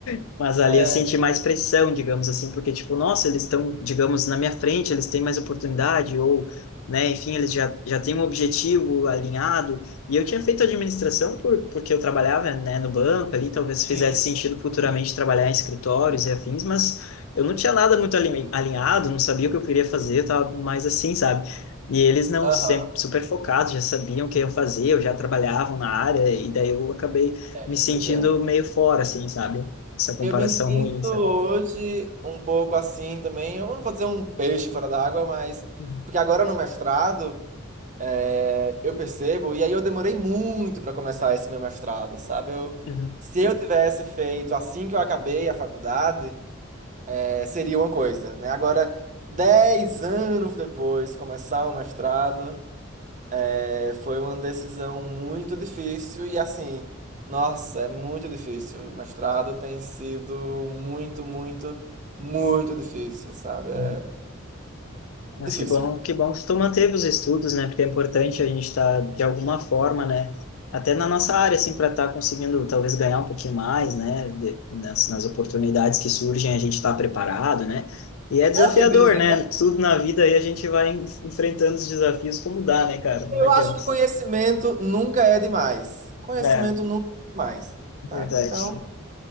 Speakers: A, on the left; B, on the right.
A: <laughs> Mas ali
B: É.
A: eu senti mais pressão, digamos assim, porque, tipo, nossa, eles estão, digamos, na minha frente, eles têm mais oportunidade, ou, né, enfim, eles já, já têm um objetivo alinhado. E eu tinha feito administração por, porque eu trabalhava, né, no banco ali, talvez fizesse
B: Sim,
A: sentido
B: sim.
A: futuramente trabalhar em escritórios e afins, mas eu não tinha nada muito alin- alinhado, não sabia o que eu queria fazer, eu tava mais assim, sabe? E eles não,
B: Aham.
A: sempre super focados, já sabiam o que eu fazia, eu já trabalhavam na área, e daí eu acabei
B: É,
A: me sentindo
B: pois é.
A: meio fora, assim, sabe? Essa comparação
B: Eu me sinto
A: ruim, sabe?
B: hoje um pouco assim também. Eu não vou dizer um peixe fora d'água, mas.
A: Uhum.
B: Porque agora no mestrado, é, eu percebo, e aí eu demorei muito para começar esse meu mestrado, sabe? Eu,
A: Uhum.
B: se eu tivesse feito assim que eu acabei a faculdade, é, seria uma coisa, né? Agora, 10 anos depois, começar o mestrado. É, foi uma decisão muito difícil e assim, nossa, é muito difícil. O mestrado tem sido muito, muito, muito difícil, sabe? É
A: Uhum.
B: difícil.
A: Mas que bom, que bom que tu manteve os estudos, né? Porque é importante a gente estar, de alguma forma, né? Até na nossa área, assim, para estar conseguindo talvez ganhar um pouquinho mais, né? De, nas, nas oportunidades que surgem, a gente está preparado, né? E é desafiador,
B: É o que dizem.
A: né?
B: né?
A: Tudo na vida aí a gente vai en- enfrentando os desafios como dá, né, cara? Não
B: Eu
A: adianta.
B: acho que conhecimento nunca é demais. Conhecimento
A: É,
B: nunca é demais, sabe?
A: verdade.
B: Então,